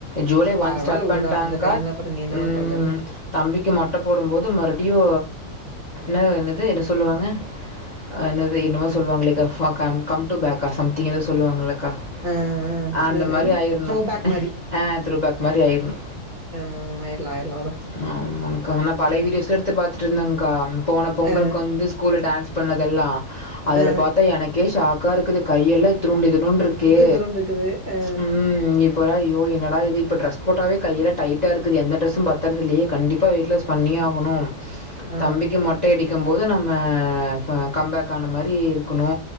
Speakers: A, on the left; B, on the right.
A: ஜூலை
B: பரவால்ல
A: ஒன் ஸ்டார்ட்
B: விடுடா.
A: பண்ட்டாங்கா
B: அந்த டைம்ல அப்புறம் நீ என்ன
A: ம்
B: பண்றது?
A: ம் தம்பிக்கு மொட்ட போடும் போது மறுடியு நா என்னது இது என்ன சொல்லுவாங்க அ நாது என்னமோ சொல்லுவாங்களே கா ஃபாக் கம் அ கம் டு பேக்கா ஆ சம்திங் ஏதோ சொல்லுவாங்கள கா
B: அ, அ.
A: ஆ
B: என்ன
A: அந்த மாரி
B: என்ன?
A: ஆயிரணு
B: த்ரோ பேக் மாரி.
A: ஆ துரு பேக் மாரி ஆயிருணு
B: அ ஆயிரலாம், ஆயிரலாம் விடு.
A: ம் ஆமாக்கா ஆனா பலயவிடியோசடுத்
B: ம்.
A: த்து பாத்துட்டு இருந்தேங்கா போன பொங்கல்க்
B: ஆ,
A: வந்து ஸ்கூல டேன்ஸ் பண்ணதெல்லா அதுல
B: ஆ.
A: பாத்தா எனக்கே ஷாக்கா இருக்குது கையெல்ல இத்னூன்டு இத்னூன்டு இர்க் கே
B: மிச்ச தூரம்னு இருக்குது. ஆ,
A: ம் இப் இப்பல்லா யோ என்னடா இது இப்ப ட்ரெஸ் போட்டவே கையல்லா டைட்ட இருக்கு எந்த ட்ரெஸ்சு பத்தர்தில்லேயே கண்டிப்பா வெய்ட்லாஸ் பண்ணியே ஆகணு
B: ஆ.
A: தம்பிக்கி மொட்ட அடிக்கிம் போது நம்ம கம்பேக் ஆன மாரி இருக்கணு